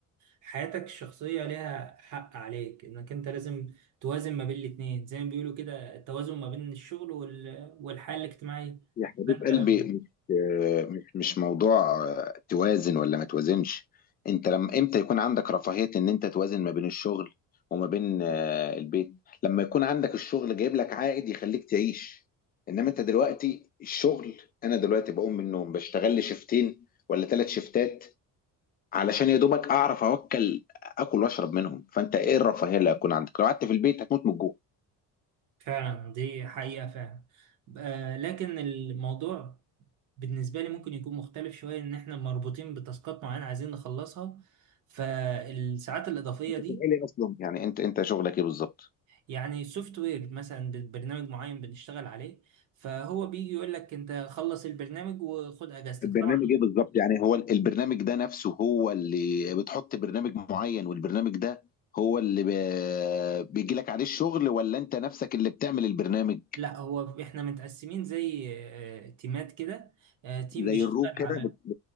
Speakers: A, on the right; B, on the left.
A: حياتك الشخصية ليها حق عليك انك انت لازم توازن ما بين الاتنين زي ما بيقولوا كده التوازن ما بين الشغل وال... والحياة الاجتماعية
B: يا حبيب
A: فانت
B: قلبي
A: لما-
B: مش مش مش موضوع آه، توازن ولا ما توازنش انت لما امتى يكون عندك رفاهية ان انت توازن ما بين الشغل وما بين آه، البيت لما يكون عندك الشغل جايب لك عائد يخليك تعيش انما انت دلوقتي الشغل انا دلوقتي بقوم من النوم بشتغل لي شيفتين ولا ثلاث شيفتات علشان يا دوبك اعرف اوكل اكل واشرب منهم فانت ايه الرفاهية اللي هتكون عندك لو قعدت في البيت هتموت من الجوع
A: فعلا دي حقيقة فعلا آه، لكن الموضوع بالنسبة لي ممكن يكون مختلف شوية إن إحنا مربوطين بتاسكات معينة عايزين نخلصها فالساعات الإضافية
B: انت
A: دي
B: شغال ايه اصلا يعني انت انت شغلك ايه بالظبط
A: يعني سوفت وير مثلا برنامج معين بنشتغل عليه فهو بيجي يقول لك أنت خلص البرنامج وخد أجازتك
B: البرنامج
A: طبعا
B: ايه بالظبط يعني هو البرنامج ده نفسه هو اللي بتحط برنامج معين والبرنامج ده هو اللي ب- بيجي لك عليه الشغل ولا انت نفسك اللي بتعمل البرنامج
A: لا هو احنا متقسمين زي آه، تيمات كده آه، تيم
B: زي
A: بيشتغل
B: الروم كده
A: على
B: بت...